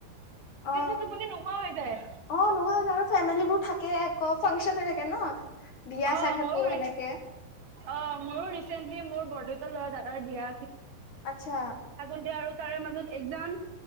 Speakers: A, on the left; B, on the right.
A: অ
B: এইটো টোপনি নোহোৱা হৈ যায়।
A: অ নোহোৱা হৈ যায়। আৰু ফেমিলীবোৰ থাকে। আকৌ ফাংচন হৈ থাকে ন। বিয়া
B: অ
A: চাই থাকো
B: মোৰো
A: সেনেকে
B: অ মোৰো ৰিচেণ্টলি মোৰ বৰদউত ল'ৰা দাদাৰ বিয়া
A: আচ্ছা
B: থাকোতে আৰু তাৰে মাজত একজাম